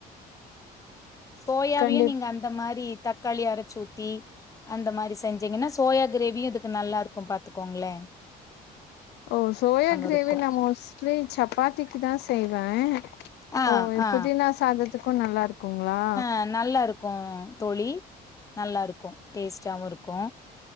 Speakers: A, on the left; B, on the left.
A: சோயாவியு
B: கண்டிப்
A: நீங்க அந்த மாரி தக்காளி அரைச்சு ஊத்தி அந்த மாரி செஞ்சீங்கன்னா சோயா க்ரேவியு இதுக்கு நல்லா இருக்கு பாத்துக்கோங்ளே
B: ஓ சோயா க்ரேவி
A: இருக்கு
B: நா மோஸ்ட்லி சப்பாத்திக்குதா செய்வே
A: ஆ
B: ஓ
A: ஆ
B: புதினா சாதத்துக்கு நல்லா இருக்குங்ளா
A: அ நல்லா இருக்கு தோழி நல்லா இருக்கு டேஸ்டாவு இருக்கு